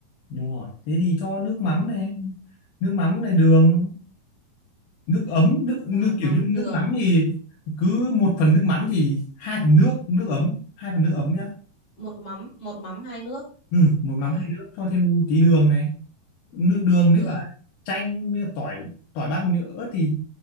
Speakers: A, on the left; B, on the left.
A: đúng rồi. Thế thì cho nước mắm này, nước mắm này đường, nước ấm, nước, nước
B: rồi mắm
A: kiểu như nước
B: đường
A: mắm thì cứ một phần nước mắm thì hai phần nước, nước ấm, hai phần nước ấm nhá.
B: một mắm một mắm hai nước
A: Ừ, một
B: rồi
A: mắm hai nước cho thêm tí đường này nữ đường
B: đường
A: với cả chanh với cả tỏi tỏi bắp nữa thì